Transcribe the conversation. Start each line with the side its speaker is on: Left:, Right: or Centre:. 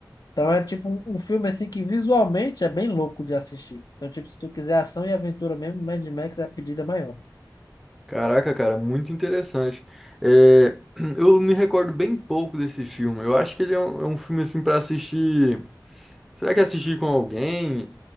Left: Então é tipo um, um filme assim que visualmente é bem louco de assistir. Então, tipo, se tu quiser ação e aventura mesmo, Mad Max é a pedida maior.
Centre: Caraca, cara, muito interessante. Eh, <clears throat> eu me recordo bem pouco desse filme. Eu acho que ele é um, é um filme assim pra assistir. Será que é assistir com alguém?